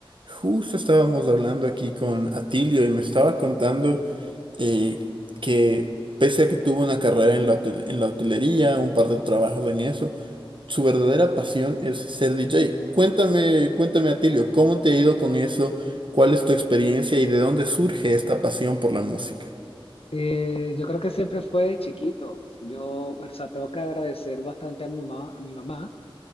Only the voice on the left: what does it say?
Eh, yo creo que siempre fue de chiquito. Yo, o sea, tengo que agradecer bastante a mi mamá, a mi mamá,